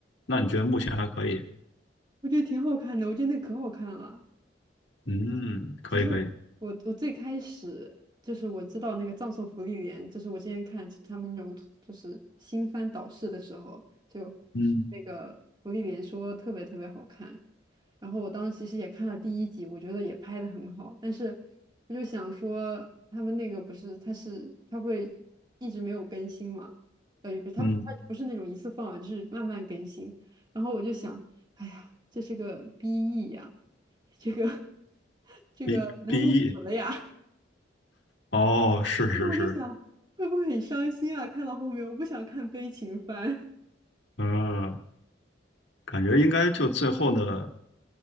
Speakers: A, on the left; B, on the right.
A: 那你觉得目前还可以？
B: 我觉得挺好看的，我觉得那可好看了。
A: 嗯，可以可以，
B: 其实我我最开始就是我知道那个葬送福利莲，就是我之前看他们那种就是新番导视的时候，就说那个福利莲说特别特别好看，
A: 嗯
B: 然后我当时其实也看了第一集，我觉得也拍的很好，但是我就想说他们那个不是它是它会一直没有更新嘛，呃，也不是它它不是那种一次放完，
A: 嗯
B: 就是慢慢更新，然后我就想，哎呀，这是个 BE 呀。这个 <laughs> 这个男主死了呀，
A: ，B BE，哦，是是是，
B: 我就想会不会很伤心啊？看到后面我不想看悲情番。
A: 嗯，感觉应该就最后的